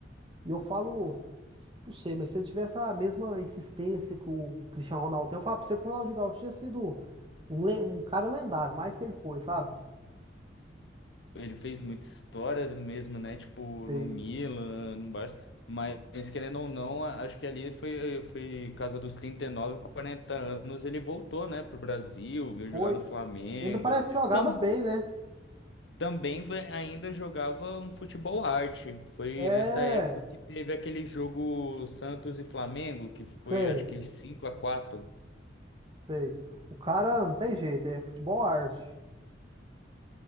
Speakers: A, on the right (about 30°); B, on the left (about 80°).
A: E eu falo, não sei, mas se ele tivesse a mesma insistência que o Cristiano Ronaldo tem, eu falo pra você que o Ronaldinho Gaúcho tinha sido um, le- um cara lendário, mais que ele foi, sabe?
B: Ele fez muita história do mesmo, né? Tipo,
A: Fez.
B: no Milan, no Barça. Mas, querendo ou não, a- acho que ali foi, foi casa dos 39, 40 anos. Ele voltou, né, pro Brasil, veio
A: Foi.
B: jogar no Flamengo.
A: Ainda parece que jogava
B: Tam,
A: bem, né?
B: também foi- ainda jogava um futebol arte. Foi
A: É,
B: nessa época que teve aquele jogo Santos e Flamengo, que foi
A: sei.
B: acho que 5 a quatro
A: Sei. O cara não tem jeito, é futebol arte.